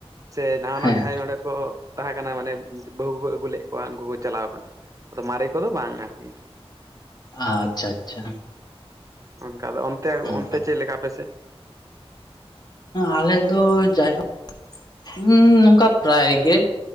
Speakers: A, on the right (about 30°); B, on the left (about 40°).
A: ᱥᱮ ᱱᱟᱣᱟ ᱱᱟᱣᱟ
B: ᱦᱮᱸ
A: ᱡᱟᱦᱟᱸᱭ ᱱᱚᱰᱮ ᱠᱚ ᱛᱟᱦᱮᱸ ᱠᱟᱱᱟ ᱢᱟᱱᱮ ᱵᱟᱹᱦᱩ ᱠᱚᱠᱚ ᱟᱹᱜᱩ ᱞᱮᱫ ᱠᱚᱣᱟ ᱩᱱᱠᱩ ᱠᱚ ᱪᱟᱞᱟᱣ ᱟᱠᱟᱱᱟ᱾ ᱟᱫᱚ ᱢᱟᱨᱮ ᱠᱚᱫᱚ ᱵᱟᱝ ᱟᱨᱠᱤ᱾
B: ᱟᱻᱪᱪᱷᱟ ᱟᱪᱪᱷᱟ
A: ᱚᱱᱠᱟ ᱫᱚ ᱚᱱᱛᱮ
B: ᱚᱱᱠᱟ
A: ᱚᱱᱛᱮ ᱪᱮᱫ ᱞᱮᱠᱟ ᱟᱯᱮᱥᱮ?
B: ᱟᱞᱮ ᱫᱚ ᱡᱟᱭᱦᱳᱠ ᱦᱩᱸ ᱱᱚᱝᱠᱟ ᱯᱨᱟᱭ ᱜᱮ